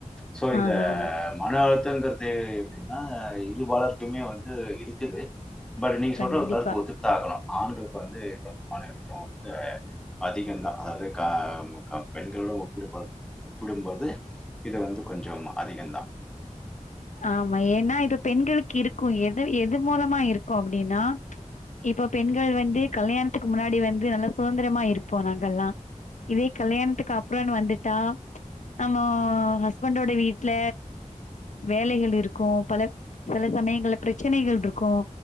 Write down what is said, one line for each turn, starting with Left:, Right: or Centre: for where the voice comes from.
Centre: சோ இந்த
Left: ஆஹா
Centre: மன அழுத்தங்கதே எப்டின்னா இருபாலர் இதுமே வந்து இருக்குது பட் நீ
Left: கண்டிப்பா
Centre: சொல்ற ஒரு கருத்து ஒத்து ஆக்கணு ஆண்களுக்கு வந்து <unintelligible> அதிகந்தா அது கா பெண்களோட ஒப்பிடும் போது ஒப்பிடுபோது இது வந்து கொஞ்சோ அதிகம் தா
Left: ஆமா ஏன்னா இது பெண்களுக்கு இருக்கு எது எது மூலமா இருக்கு அப்டினா இப்ப பெண்கள் வந்து கல்யாணத்துக்கு முன்னாடி வந்து நல்லா சுதந்திரமா இருப்போ நாங்கல்லா இதே கல்யாணத்துக்கு அப்புறனு வந்துட்டா நம்ம ஹஸ்பண்டோட வீட்ல வேலைகள் இருக்கு பல சில சமயங்களல பிரச்சனைகள் இருக்கு